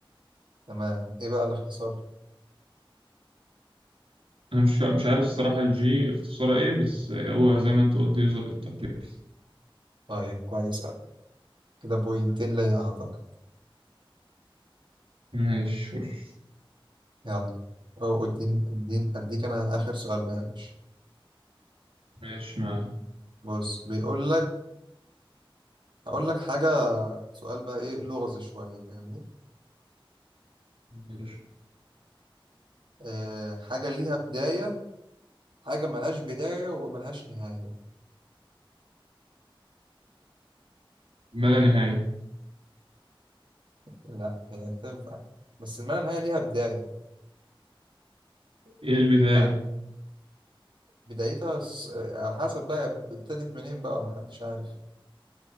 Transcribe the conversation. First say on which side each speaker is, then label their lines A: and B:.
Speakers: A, on the right (about 55°); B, on the right (about 80°).
A: تمام ايه بقى الاختصار
B: انا مش فا- مش عارف الصراحة الجي اختصارها ايه بس آه، هو زي ما انت قلت يوزر انترفيس
A: طيب كويس أوي كده بوينتين ليا أعتقد
B: ماشي وش
A: يلا أو اديني اديني اديك انا اخر سؤال بقى يا باشا
B: ماشي معايا
A: بص بيقول لك هقول لك حاجة سؤال بقى ايه لغز شوية فاهمني
B: ماشي
A: آه حاجة ليها بداية حاجة ملهاش بداية وملهاش نهاية
B: ما لا نهاية
A: لا هي تنفع بس ما نهاية ليها بداية
B: ايه البداية
A: لا بدايتها س- على حسب بقى ابتدت منين بقى محدش عارف